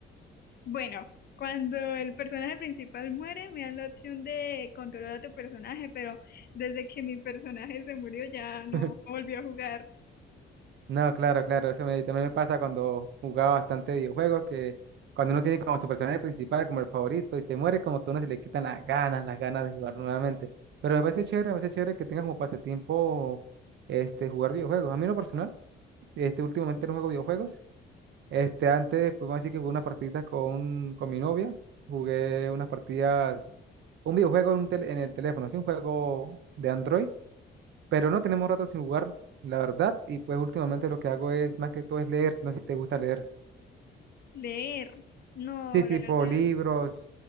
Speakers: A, on the left; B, on the right.
A: Bueno, cuando el personaje principal muere, me dan la opción de controlar a tu personaje, pero desde que mi personaje se murió ya
B: <laughs>
A: no volvió a jugar.
B: No, claro, claro, eso me, también me pasa cuando jugaba bastante videojuegos, que cuando uno tiene como su personaje principal, como el favorito, y se muere, como que a uno se le quitan las ganas, las ganas de jugar nuevamente. Pero me parece chévere, me parece chévere que tengas como pasatiempo este, jugar videojuegos. A mí en lo personal, este, últimamente no juego videojuegos. Este, antes, pues vamos a decir que jugué unas partiditas con, con mi novia, jugué unas partidas, un videojuego en, un tel- en el teléfono, es un juego de Android pero no tenemos rato sin jugar, la verdad, y pues últimamente lo que hago es, más que todo, es leer, no sé si te gusta leer.
A: Leer, no,
B: Sí,
A: la
B: tipo
A: verdad,
B: libros,